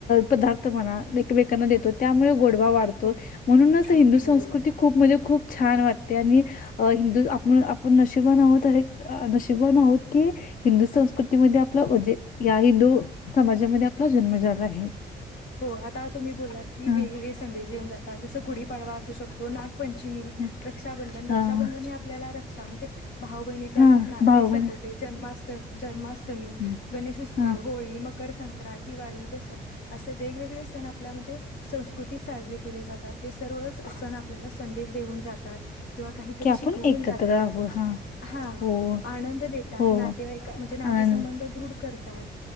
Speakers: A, on the left; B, on the left.
A: पदार्थ मना एकमेकांना देतो त्यामुळे गोड वा वाढतो
B: हो
A: म्हणूनच हिंदू
B: अगदी
A: संस्कृ
B: बरोबर
A: स्कृति खूप म्हणजे खूप छान वाट ते आणि हिंदू आपण आपण नशिबान आहोत आहेत नशिबान आहोत की हिंदू संस्कृतीमध्ये आपला जे या हिंदू समाजामध्ये आपला जन्म झाला आहे.
B: हो आता तुम्ही बोललात की
A: हं,
B: वेगवेगळे संदेश देऊन जातात जस गुढी पाडवा असू शकतो नाग पंचमी
A: हं.
B: रक्षाबंधन,
A: हां,
B: रक्षाबंधन हे आपल्याला रक क्षामचे भाऊ बहिणीचे अतुट
A: हां.
B: नाते
A: भावना
B: संपवते जन्मास जन्मास अष्टमी,
A: हं.
B: गणेशोत्सव,
A: हां,
B: होळी मग कर संक्रांत, दिवाळी दसरा असे वेगवेगळे सण आपल्या म्हणजे, संस्कृतीत साजरे केले जातात ते सर्वच सण आपल्याला संदेश देऊन जातात, किंवा काहीतरी
A: की आपण
B: शिकवून
A: एकत्र
B: जातात,
A: आहोत. हां.
B: हां!
A: हो
B: आनंद देतात
A: हो
B: नातेवाइका म्हणजे नातेसंबंध
A: आनंद
B: दृढ करतात